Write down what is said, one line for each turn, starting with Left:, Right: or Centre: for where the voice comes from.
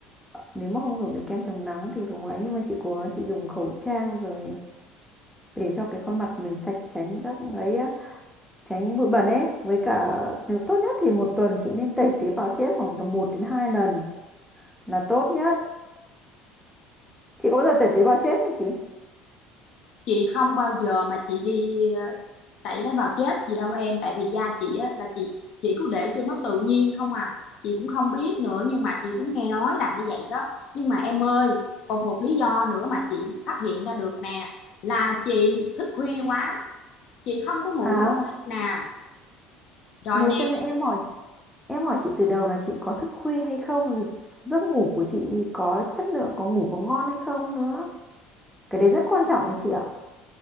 Centre: nếu mà không dùng được kem chống nắng thì cũng ấy nhưng mà chị cố gắng chị dùng khẩu trang rồi để cho cái khuôn mặt mình sạch tránh các ấy á. tránh bụi bẩn ấy với cả nếu tốt nhất thì một tuần chị nên tẩy tế bào chết khoảng tầm một đến 2 lần là tốt nhất chị có bao giờ tẩy tế bào chết không chị
Left: chị không bao giờ mà chị đi ờ, tẩy tế bào chết gì đâu em tại vì da chị á, là chị chị cứ để cho nó tự nhiên không à chị cũng không biết nữa nhưng mà chị cũng nghe nói là như vậy đó nhưng mà em ơi còn một lý do nữa mà chị phát hiện ra được nè là chị thức khuya quá chị không có ngủ
Centre: à
Left: đủ giấc nào rồi
Centre: thế cho nên em hỏi em hỏi chị từ đầu là chị có thức khuya hay không rồi giấc ngủ của chị có chất lượng có ngủ có ngon hay không nữa cái đấy rất quan trọng đấy chị ạ